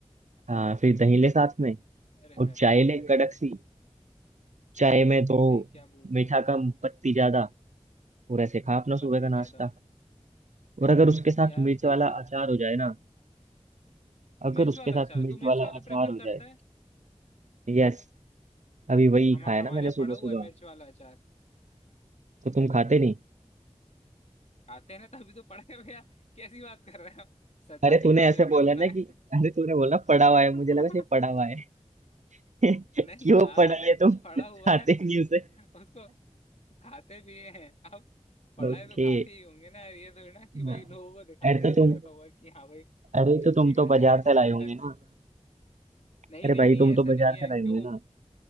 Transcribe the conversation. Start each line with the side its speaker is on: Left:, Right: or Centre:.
Right: हाँ फिर दही ले साथ में
Left: अरे
Right: और
Left: है
Right: चाय
Left: है
Right: ले
Left: है
Right: कड़क सी चाय में तो
Left: भाई क्या बोल दिया
Right: मीठा
Left: यार तूने
Right: कम पत्ती ज्यादा और ऐसे खा अपना सुबह
Left: पत्ती
Right: का नाश्ता
Left: ज्यादा
Right: और अगर उसके साथ
Left: यार
Right: मिर्च
Left: तू
Right: वाला अचार हो जाए ना अगर
Left: मिर्च
Right: उसके
Left: वाला
Right: साथ
Left: अचार
Right: मिर्च
Left: तू मिर्च
Right: वाला
Left: वाला
Right: अचार
Left: प्रेफर
Right: हो
Left: करता
Right: जाए
Left: है
Right: यस अभी वही
Left: हम
Right: खाया
Left: हमारे
Right: ना मैंने
Left: यहाँ
Right: सुबह
Left: पड़ा हुआ
Right: सुबह
Left: है मिर्च वाला अचार
Right: तो तुम खाते नहीं
Left: खाते हैं ना तभी तो पड़े हुए हैं। कैसी बात कर रहे हो सजाने
Right: अरे तूने
Left: के लिए
Right: ऐसे
Left: थोड़ी
Right: बोला
Left: ना बनाया
Right: ना कि अरे तूने बोला पड़ा हुआ है
Left: <laughs>
Right: मुझे लगा सही पड़ा हुआ है <laughs> क्यों
Left: नहीं यार
Right: पढ़ लिए तुम
Left: पड़ा
Right: चाहते
Left: हुआ है
Right: नहीं उसे
Left: उसको खाते भी हैं आप पढ़ाए
Right: ओके
Left: तो खाते ही होंगे ना ये थोड़ी ना कि भाई
Right: हाँ
Left: लोगों को दिखाने
Right: अरे तो
Left: के लिए
Right: तुम
Left: रखा हुआ है कि हाँ भाई
Right: अरे
Left: मिर्ची
Right: तो तुम
Left: का
Right: तो
Left: अचार
Right: बाजार
Left: बनाता
Right: से लाए होंगे
Left: है
Right: ना
Left: नहीं
Right: अरे
Left: नहीं
Right: भाई
Left: नहीं
Right: तुम
Left: ऐसा
Right: तो बाजार
Left: नहीं है
Right: से लाए
Left: क्यों
Right: होंगे ना